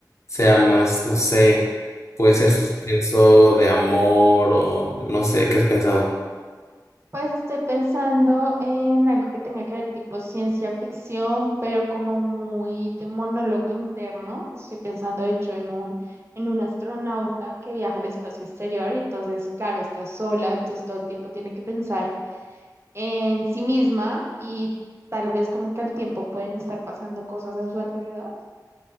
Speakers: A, on the left; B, on the right.
A: Sea más, no sé, puede ser suspenso de amor o no sé, ¿qué has pensado?
B: Pues estoy pensando en algo que tenga que ver tipo ciencia ficción, pero como muy de monólogo interno. Estoy pensando, de hecho, en un, en un astronauta que viaja al espacio exterior y entonces, claro, está sola, entonces todo el tiempo tiene que pensar en sí misma y tal vez como que al tiempo pueden estar pasando cosas a su alrededor.